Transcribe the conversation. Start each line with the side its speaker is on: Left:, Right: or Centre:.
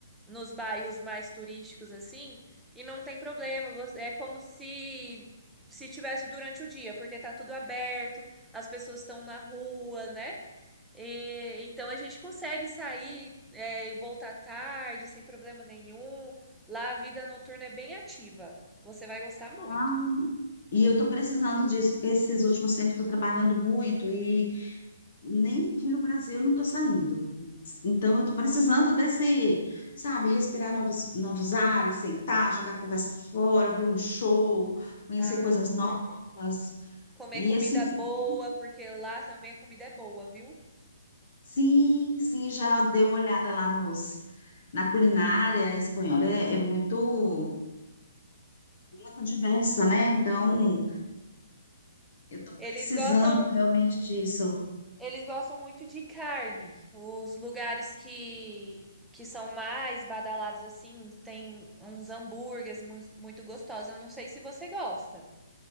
Centre: nos bairros mais turísticos assim e não tem problema. você- É como se se tivesse durante o dia, porque tá tudo aberto, as pessoas estão na rua, né? E, então a gente consegue sair é, e voltar tarde sem problema nenhum. Lá a vida noturna é bem ativa. Você vai gostar muito.
Left: Ah. E eu estou precisando disso, porque esses últimos tempos estou trabalhando muito e nem aqui no Brasil eu não estou saindo. Então, eu estou precisando desse, sabe, respirar novos, novos ares, sentar, jogar a conversa fora, ver um show, conhecer
Centre: Ah,
Left: coisas
Centre: com
Left: novas.
Centre: certeza. Comer
Left: E
Centre: comida
Left: assim, que
Centre: boa,
Left: bom.
Centre: porque lá também a comida é boa, viu?
Left: Sim, sim, já dei uma olhada lá nos, na culinária espanhola. É, é muito, muito diversa, né? Então,
Centre: Sim.
Left: eu estou
Centre: Eles
Left: precisando
Centre: gostam,
Left: realmente disso.
Centre: eles gostam muito de carne. Os lugares que que são mais badalados assim, tem uns hambúrgueres mu- muito gostosos. Eu não sei se você gosta.